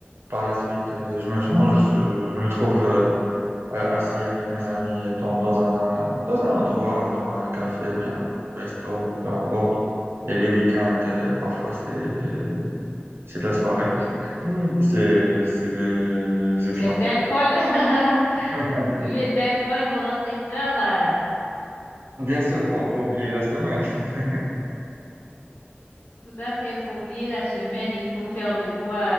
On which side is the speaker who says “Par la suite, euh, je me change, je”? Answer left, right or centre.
Right